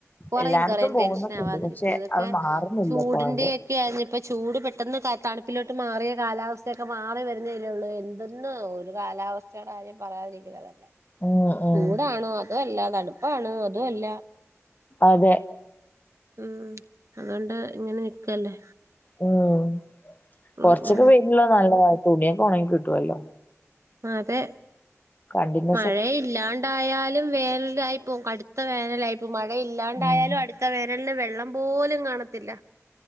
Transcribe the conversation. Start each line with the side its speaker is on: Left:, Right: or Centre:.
Right: കുറയും
Left: എല്ലായിടത്തും
Right: കുറയും
Left: പോകുന്നൊക്കെണ്ട്
Right: ടെൻഷൻ ആവാതിരിക്കു
Left: പക്ഷെ
Right: ഇതൊക്കെ
Left: അത് മാറുന്നില്ല
Right: ചൂടിന്റെ
Left: പോവല്
Right: ഒക്കെയായിരുന്നു ഇപ്പ ചൂട് പെട്ടെന്ന് തണുപ്പിലോട്ട് മാറിയ കാലാവസ്ഥയൊക്കെ മാറി വരുന്നല്ലേള്ളൂ ഒന്ന് <unintelligible> ഒരു കാലാവസ്ഥയുടെ കാര്യം പറയാതിരിക്കുന്നത നല്ലേ
Left: ഉം ഉം
Right: ചൂടാണോ അതും അല്ല തണു പ്പാണോ അതു അല്ല
Left: അതെ
Right: ഉം അതോണ്ട് ഇങ്ങനെ നിക്കല്ലേ.
Left: ഉം കൊറച്ചൊക്കെ
Right: ഉം ഉം
Left: വെയിലുള്ളത് നല്ലതാ തുണിയൊക്കെ ഒണങ്ങി കിട്ടുവല്ലോ.
Right: ആതെ
Left: കണ്ടിന്യു
Right: മഴ ഇല്ലാണ്ടായാലും വേനലായിപ്പോം കടുത്ത വേനലായിപ്പോ മഴ ഇല്ലാണ്ടായാലും
Left: ഉം
Right: അടു ത്ത വേനലിൽ വെള്ളം പോലും കാണത്തില്ല.